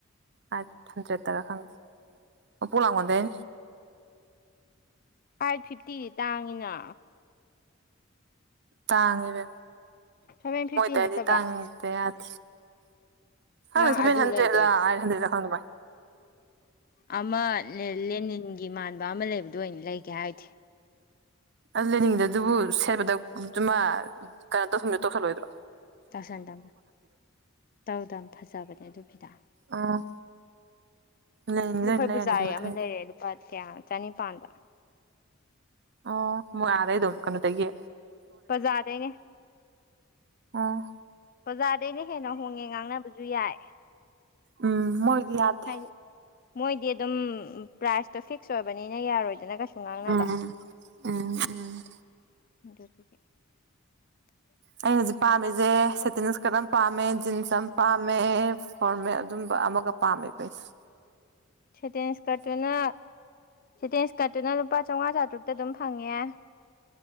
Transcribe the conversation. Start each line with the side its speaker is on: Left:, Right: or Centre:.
Right: ꯑꯥꯢꯠ ꯍꯟꯇ꯭ꯔꯦꯠ ꯇꯔꯥ ꯈꯪꯗꯦ ꯃꯄꯣꯛ ꯂꯥꯡꯉꯣꯟꯗꯩ
Left: ꯑꯥꯢꯠ ꯐꯤꯞꯇꯤꯗꯤ ꯇꯥꯡꯉꯤꯅ
Right: ꯇꯥꯡꯉꯤꯗ
Left: ꯁꯚꯦꯟ ꯐꯤꯐꯇꯤ
Right: ꯃꯣꯏꯗꯥꯢꯗꯤ
Left: ꯅꯠꯇꯕ
Right: ꯇꯥꯡꯉꯦ ꯍꯤꯇ ꯌꯥꯗꯦ ꯍꯟꯗꯦ
Left: ꯅꯪ
Right: ꯁꯦꯕꯦꯟ
Left: ꯑꯗꯨ
Right: ꯍꯟꯗ꯭ꯔꯦꯠꯂ
Left: ꯂꯩꯗꯣꯏ
Right: ꯑꯩꯠ ꯍꯟꯗ꯭ꯔꯦꯠ ꯈꯪꯗꯦ ꯕꯥꯏ
Left: ꯑꯃ ꯂꯦꯅꯤꯟꯒꯤ ꯃꯥꯟꯕ ꯑꯃ ꯂꯩꯕꯗꯣ ꯑꯣꯏꯅ ꯂꯩꯒꯦ ꯍꯥꯏꯗꯦ
Right: ꯑꯗꯨ ꯂꯦꯅꯤꯡꯗꯦ ꯑꯗꯨꯕꯨ ꯁꯦꯠꯕꯗ ꯗꯨꯃ ꯀꯩꯅꯣ ꯇꯧꯁꯤꯟꯕꯤꯗꯣ ꯇꯧꯁꯤꯂꯣꯏꯗ꯭ꯔꯣ
Left: ꯇꯧꯁꯟꯗꯝ ꯇꯧꯗꯝ ꯐꯖꯕꯅꯦ ꯑꯗꯨꯒꯤꯗ
Right: ꯑꯥ ꯂꯦꯅꯤꯡꯒꯤꯗ
Left: ꯗꯄꯈꯣꯏ
Right: ꯑꯣꯏꯅ ꯂꯩꯔꯅꯤꯗꯤ
Left: ꯄꯨꯖꯥꯔꯤ
Right: ꯃꯊꯪꯒꯤꯗ
Left: ꯑꯃ ꯂꯩꯔꯦ ꯂꯨꯄꯥ ꯀꯌꯥ ꯆꯅꯤꯄꯥꯥꯟꯗ
Right: ꯑꯣ ꯃꯣ ꯑꯗꯩꯗꯣ ꯀꯅꯣ ꯗꯒꯤ
Left: ꯕꯖꯥꯔꯗꯩꯅꯦ
Right: ꯑꯥ
Left: ꯕꯖꯥꯔꯗꯩꯅ ꯍꯦꯟꯅ ꯍꯣꯡꯉꯦ ꯉꯥꯡꯅꯕꯁꯨ ꯌꯥꯏ
Right: ꯎꯝ ꯃꯣꯏꯗꯤ ꯌꯥꯗꯦ
Left: ꯍꯥꯏꯗꯤ ꯃꯣꯏꯗꯤ ꯑꯗꯨꯝ ꯄ꯭ꯔꯥꯏꯁꯇꯣ ꯐꯤꯛꯁ ꯑꯣꯏꯕꯅꯤꯅ ꯌꯥꯔꯣꯏꯗꯅ ꯉꯥꯡꯅꯕ
Right: ꯎꯝ ꯎꯝ ꯎꯝ
Left: ꯗꯨꯒꯤ <inaudible>
Right: ꯑꯩ ꯍꯖꯤꯛ ꯄꯥꯝꯃꯤꯖꯦ ꯁꯦꯇꯤꯟ ꯁꯀ꯭ꯔꯠ ꯑꯃ ꯄꯥꯝꯃꯦ ꯖꯤꯟꯁ ꯑꯃ ꯄꯥꯝꯃꯦ ꯐꯣꯔꯃꯦꯠ ꯑꯗꯨꯝꯕ ꯑꯝ ꯃꯒ ꯄꯥꯝꯃꯦ ꯄꯩꯁ
Left: ꯁꯦꯇꯦꯟ ꯏꯁꯀ꯭ꯔꯠꯇꯨꯅ ꯁꯦꯇꯦꯟ ꯏꯁꯀ꯭ꯔꯠꯇꯨꯅ ꯂꯨꯄꯥ ꯆꯥꯝꯃꯉꯥ ꯆꯥꯇ꯭ꯔꯨꯛꯇ ꯑꯗꯨꯝ ꯐꯪꯉꯦ